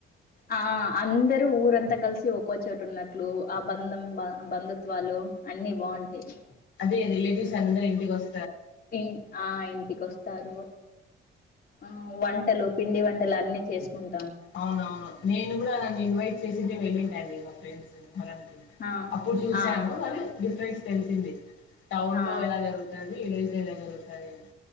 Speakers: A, on the left; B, on the left.
A: ఆ అందరూ ఊరంతా కలిసి ఒక్కోచోటు ఉన్నట్లు ఆ బంధం బ బంధుత్వాలు ఉ అన్ని బాగుంటయి
B: ఇగ రిలేటివ్స్ అందరు ఇంటికి వస్
A: ఇం ఆ ఇంటికొస్తారు ఆ వంటలు పిండి వంట టలన్నీ చేసుకున్
B: అవునవును నేను కూడా నను ఇన్వైట్ చేసింటే వెళ్ళింటండి మా ఫ్రెండ్స్ మొహరనికి
A: ఆ
B: అప్పుడు చూసాను
A: ఆ
B: అది డిఫరెన్ట్స్ తెలిసింది టౌన్
A: ఆ
B: లో ఎలా జరుగుతాది అని విలేజ్ లో ఎలా జరుగుతది అని